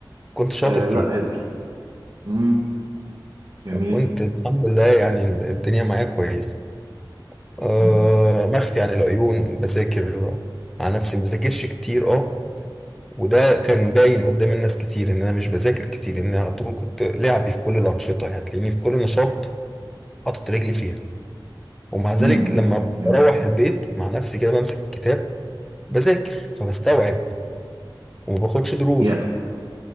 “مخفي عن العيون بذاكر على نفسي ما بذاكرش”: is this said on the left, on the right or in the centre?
Centre